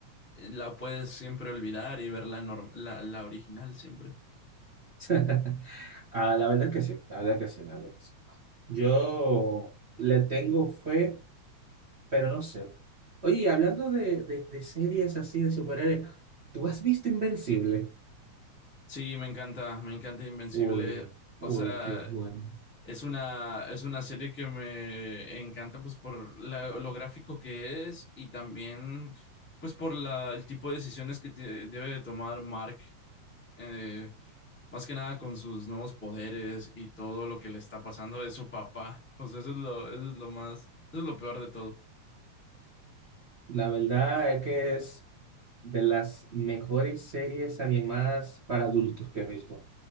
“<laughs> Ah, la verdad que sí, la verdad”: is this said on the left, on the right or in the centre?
Right